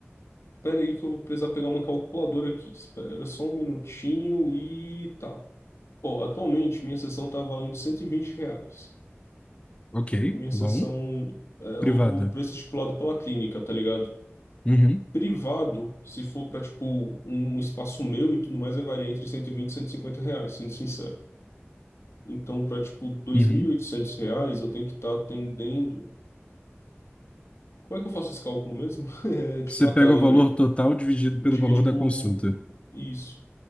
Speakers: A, on the left; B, on the left.
A: pera aí que eu vou precisar pegar uma calculadora aqui. Espera só um minutinho e tá. Bom, atualmente minha sessão está valendo 120 reais.
B: Ok,
A: Minha
B: bom.
A: sessão é
B: Privada.
A: o preço estipulado pela clínica, tá ligado?
B: Uhum,
A: Privado, se for para tipo um espaço meu e tudo mais, vai variar entre cento e vinte, e cento e cinquenta reais, sendo sincero. Então, para tipo dois
B: uhum.
A: mil e oitocentos reais, eu tenho que estar atendendo. Como é que eu faço esse cálculo mesmo? <laughs> É, tipo,
B: Você
A: ah
B: pega
A: tá, lembrei.
B: o valor total dividido
A: Divide
B: pelo valor da
A: por
B: consulta.
A: isso.